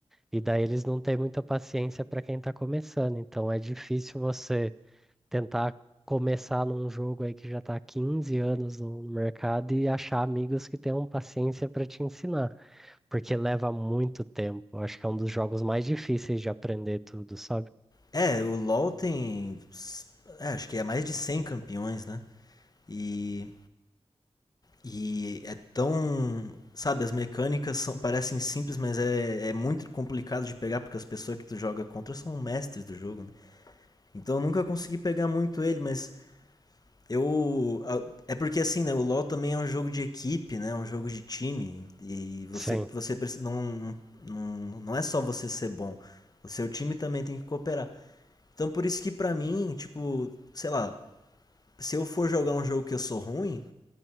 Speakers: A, in the centre; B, on the left.
A: e daí eles não têm muita paciência para quem tá começando. Então é difícil você tentar começar num jogo aí que já tá há 15 anos no mercado e achar amigos que tenham paciência para te ensinar, porque leva muito tempo. Eu Acho que é um dos jogos mais difíceis de aprender tudo, sabe?
B: É, o LoL tem. é, acho que é mais de 100 campeões, né? E, e é tão. Sabe, as mecânicas são, parecem simples, mas é, é muito complicado de pegar, porque as pessoas que tu joga contra são mestres do jogo, né? Então eu nunca consegui pegar muito ele, mas Eu. É porque assim, né? O LoL também é um jogo de equipe, né? É um jogo de time. E você,
A: Sim,
B: você preci- não, não, não é só você ser bom. O seu time também tem que cooperar. Então por isso que pra mim, tipo, sei lá, se eu for jogar um jogo que eu sou ruim,